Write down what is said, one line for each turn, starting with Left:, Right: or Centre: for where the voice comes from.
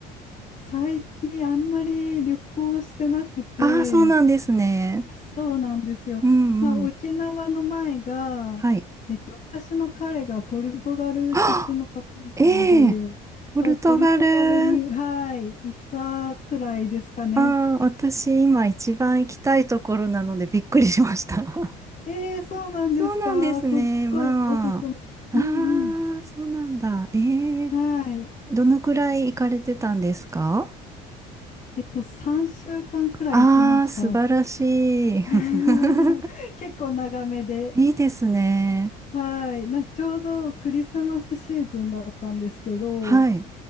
Left: 最近あんまり旅行してなくて、
Right: ああー、そうなんですね。
Left: そうなんですよ。
Right: うんうん。
Left: まあ、沖縄の前が、
Right: はい。
Left: えっと、私の彼がポルトガル出身の方なので、
Right: <gasps> あ、ええポルトガル。
Left: そうポルトガルに、はい、いたくらいですかね。
Right: ああ、私今一番行きたいところなのでびっくりしました。<laughs>
Left: ええそうなんですか。
Right: そうなんですね。
Left: すっごいおすすめ。
Right: まあ。あ
Left: うん
Right: あ、そうなんだ。ええ
Left: うん。はい。
Right: どのくらい行かれてたんですか
Left: えっと、3週間くらい行きました。
Right: ああー、素晴らしい。
Left: <laughs>
Right: <laughs>
Left: 結構長めで。
Right: いいですね。
Left: はい。なんかちょうどクリスマスシーズンだったんですけど、
Right: はい。